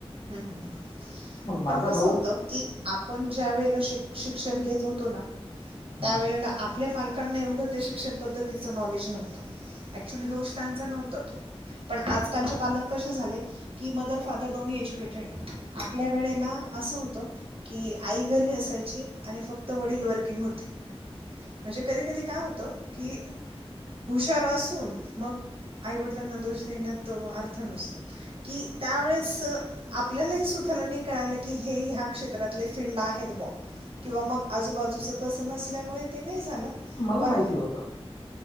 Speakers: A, on the right; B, on the left.
A: हम् हम् हम्!
B: मग
A: पण
B: माझा
A: कसं
B: भाऊ
A: होत की आपण ज्या वेळेला शिक्ष शिक्षण घेत होतो ना
B: हं,
A: त्यावेळेला आपल्या पालकांना एवढं त्या शिक्षण पद्धतीचं नॉलेज नव्हतं. अक्च्युली दोष त्यांचा नव्हता तो पण आजकालचे पालक कसे झालेत! की मदर फादर दोन्ही एज्युकेटेड आहे, आपल्या वेळेला असं होतं की आई घरी असा ची, आणि फक्त वडील वर्किंग होते असे कधी कधी काय होतं की हुशार असून मग आईवडिलांना दोष देण्यात अर्थ नसतो. की त्यावेळेस आपल्यालाही स्वताला नाइ कळालं की हे ह्या क्षेत्रातले फिल्ड आहेत बॉ. किंवा मग आजूबाजूच तस नसल्यामुळे ते नाही झालं
B: मला
A: पण
B: माहिती होत!